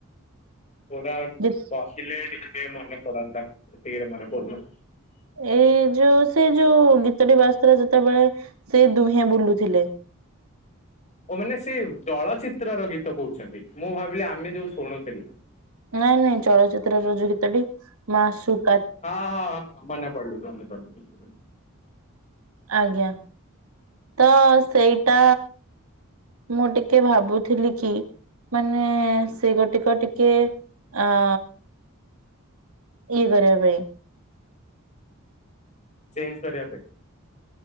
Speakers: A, on the left; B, on the right.
A: ପୁରା
B: ଗୀ
A: ବସିଲେ ଟିକେ ମନେ ପଡନ୍ତା ଏତିକିରେ ମନେ ପଡୁନି।
B: ଏ ଯୋଉ ସେ ଯୋଉ ଗୀତଟେ ବାଜୁଥିଲା ଯେତେବେଳେ ସେ ଦୁହେଁ ବୁଲୁଥିଲେ।
A: ଓ ମାନେ ସେ ଚଳଚ୍ଚିତ୍ରର ଗୀତ କହୁଛନ୍ତି। ମୁଁ ଭାବିଲି ଆମେ ଯୋଉ ଶୁଣୁଥେଲୁ।
B: ନା ନାଇଁ ଚଳଚିତ୍ର ର ଯୋଉ ଗୀତଟି ମାସୁକ୍।
A: ହଁ ହଁ ହଁ ମନେ ପଡିଲୁ ମନେ ପଡିଲୁ।
B: ଆଜ୍ଞା ତ ସେଇଟା। ମୁଁ ଟିକେ ଭାବୁଥିଲି କି? ମାନେ ସେଗୋଟିକ ଟିକେ ଅଁ। ଇଏ କରିବା ପାଇଁ।
A: ଚେଞ୍ଜ କରିବା ପାଇଁ?